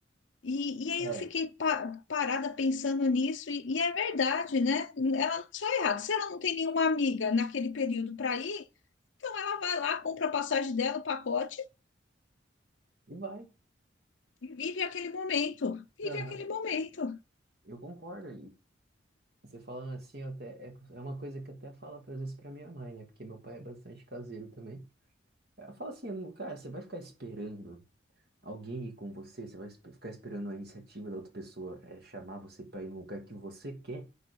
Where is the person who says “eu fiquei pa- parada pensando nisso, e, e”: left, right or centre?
Left